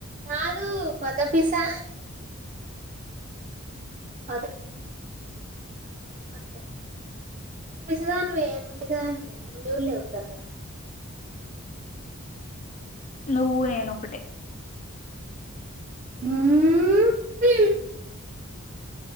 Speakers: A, on the right; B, on the left.
A: కాదు పడపిసా పద <inaudible> పిసదానివే ను పిసదానివి ను చుడ్లేవ్ సక్కగా
B: నువ్వు నేన్ ఒకటే.
A: మ్